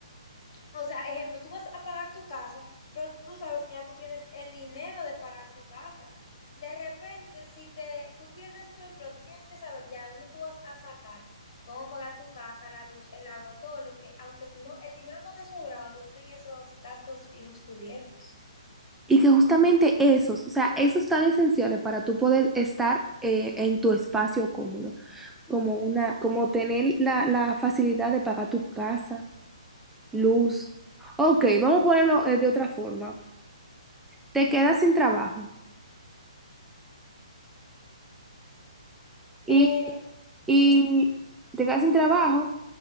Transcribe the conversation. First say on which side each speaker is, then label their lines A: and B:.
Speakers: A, on the left; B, in the centre.
A: O sea, ejemplo, tú vas a pagar tu casa, pero tú sabes que ya tú tienes el dinero de pagar tu casa. De repente, si te, tú pierdes tu empleo, tú tienes que saber ya de dónde tú vas a sacar, cómo pagar tu casa, la luz, el agua, todo lo que, aunque no, el dinero no te sobraba, tú tenías esos gastos fijos cubiertos.
B: Y que justamente esos, o sea, esos tan esenciales para tú poder estar eh, en tu espacio cómodo, como una, como tener la, la facilidad de pagar tu casa, luz. Ok, vamos a ponerlo eh, de otra forma. Te quedas sin trabajo y,
A: Eh,
B: y
A: sí,
B: te quedas sin trabajo